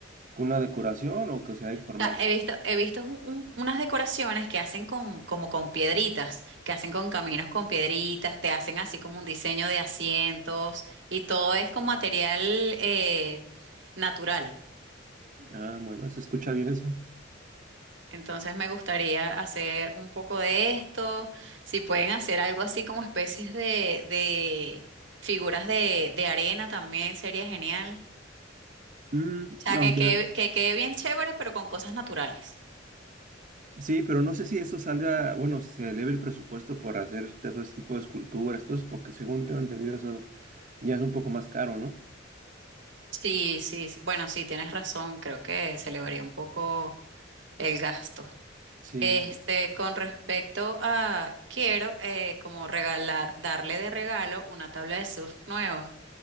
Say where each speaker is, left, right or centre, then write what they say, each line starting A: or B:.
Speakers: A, on the right; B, on the right.
A: con una decoración o que sea informal.
B: O sea, he visto, he visto un- un- unas decoraciones que hacen con, como con piedritas, que hacen con caminos con piedritas, te hacen así como un diseño de asientos y todo es con material eh, natural.
A: Ah, bueno, se escucha bien eso.
B: Entonces me gustaría hacer un poco de esto, si pueden hacer algo así como especies de, de figuras de, de arena también sería genial.
A: Mm,
B: O sea,
A: aunque-
B: que quede, que quede bien chévere, pero con cosas naturales.
A: sí, pero no sé si eso salga, bueno, si se eleve el presupuesto por hacer todo ese tipo de esculturas, todo eso, porque según tengo entendido eso ya es un poco más caro, ¿no?
B: Sí, sí, sí. bueno, sí, tienes razón, creo que se elevaría un poco el gasto.
A: Sí,
B: Este, con respecto a, quiero eh, como regalar, darle de regalo una tabla de surf nueva.